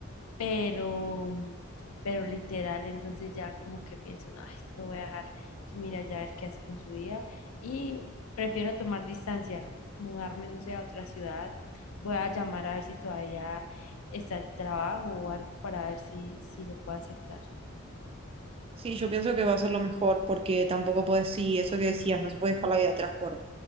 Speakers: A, on the left; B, on the right.
A: pero, pero literal, entonces ya como que pienso, no, ay, lo voy a dejar que mira ya a ver qué hace con su vida y prefiero tomar distancia, mudarme, no sé, a otra ciudad, voy a llamar a ver si todavía está el trabajo o algo para ver si, si lo puedo aceptar.
B: Sí, yo pienso que va a ser lo mejor porque tampoco puedes, sí, eso que decías, no se puede dejar la vida atrás por,